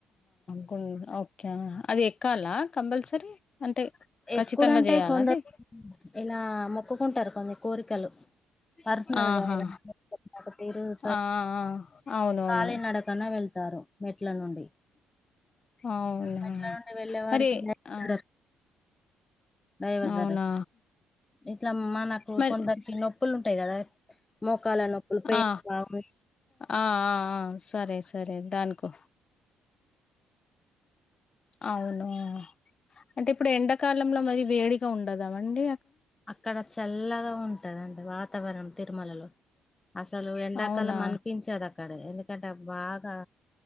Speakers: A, on the left (about 30°); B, on the left (about 15°).
A: గు ఓకే అది ఎక్కాలా కంపల్సరీ అంటే
B: ఎకుడంటే
A: ఖచ్చితంగా జేయాలా
B: కొందరు
A: అది?
B: ఇలా మొక్కుకుంటారు కొన్నిరు కోరికలు పర్సనల్గారుగుంటే
A: ఆహా! ఆ! ఆ! ఆ! అవునవును.
B: కాళీ నడకన్నా వెళ్తు తారు మెట్ల నుండి
A: అవునా!
B: మెట్ల నుండి వెళ్ళే వారికి
A: మరి ఆ
B: డ దైవధర
A: అవునా
B: ఇట్లా మనకు
A: మరి
B: కొందరికి నొప్పులు ఉంటాయి కదా మోకాల నొప్పులు పైన్
A: ఆ ఆ
B: బాంబ్
A: ఆ ఆ సరే సరే దానికో అవునా అంటే ఇప్పుడు ఎండాకాలంలో మరి వేడిగా ఉండదామండి
B: అక్కడ చల్లగా ఉంటదండి వాతావరణం తిరుమలలో అసలు ఎండాకాలం
A: అవునా
B: అనిపించేది అక్కడ ఎందుకంటే బాగా